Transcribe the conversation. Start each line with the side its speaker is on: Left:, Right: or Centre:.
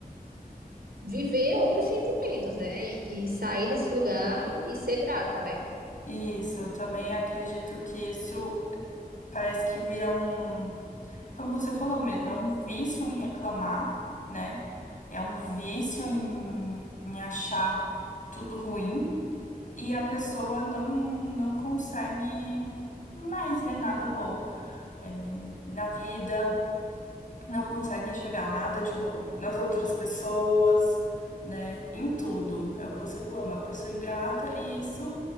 Right: viver outros sentimentos, né? E, e sair desse lugar e ser grata, né?
Left: isso. Eu também acredito que isso parece que vira um, como você falou mesmo, é um vício em reclamar, né? É um vício em, em achar tudo ruim e a pessoa não, não consegue mais ver nada bom, eh, na vida. não consegue enxergar nada de bom nas outras pessoas, né? Em tudo. É o que você falou, uma pessoa ingrata, e isso,